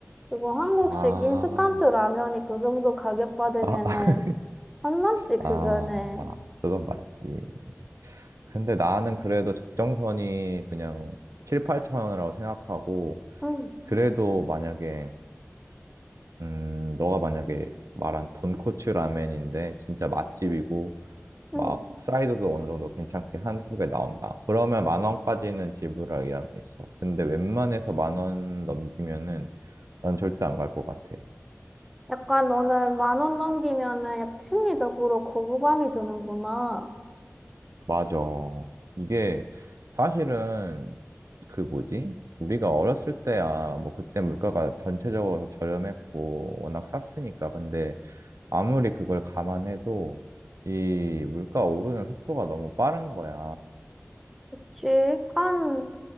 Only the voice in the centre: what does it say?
그리고 한국식
인스턴트 라면이 그 정도 가격 받으면은
안 남지
그거는.
응,
응.
약간 너는 만 원 넘기면은 약 심리적으로 거부감이 드는구나.
씩 한